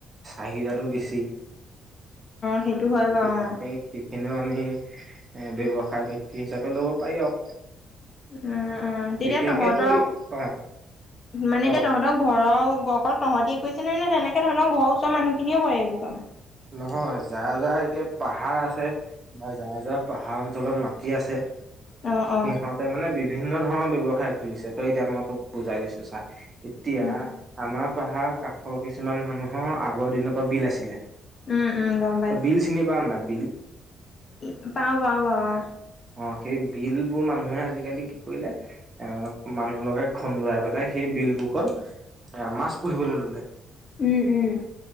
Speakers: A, on the right; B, on the left.
A: চাহিদাটো বেছি।
B: সেইটো হয়
A: গতিকে
B: বাৰু অ
A: আমি সেইখিনিও আমি এ ব্যৱসায় ভিত্তি হিচা ল'ব পাৰি আৰু।
B: উম, উম তেতিয়া
A: বিশেষকেতো
B: তহঁতৰ
A: অ
B: মানে
A: ক
B: এতিয়া তহঁতক ঘৰৰ অকল তহতি কৈছে নে নে তেনেকে ধৰণৰ ঘৰৰ ওচৰ মানুহখিনিয়েও কৰে এইবোৰ কাম?
A: নহয় যাৰ, যাৰ এতিয়া পাহাৰ আছে। বা যাৰ, যাৰ পাহাৰ অঞ্চলত মাটি আছে।
B: অ অ
A: সিহঁতে মানে বিভিন্ন ধৰণৰ ব্যৱসায় খুলিছে তই এতিয়া মই তোক বুজাই দিছো চা। এতিয়া
B: উম
A: আমাৰ পাহাৰ কাষৰ কিছুমান মানুহৰ আগৰ দিনৰ পৰা বিল আছিলে।
B: উম, উম গম
A: বিল চিনি পাম নাই বিল?
B: ই পাওঁ, পাওঁ, পাওঁ।
A: অ', সেই বিলবোৰ মানুহে আজিকালি কি কৰিলে এ মানুহ লগাই খুন্দুৱাই পেলাই সেই বিল বুকত এ মাছ পুহিবলৈ ল'লে।
B: উম, উম।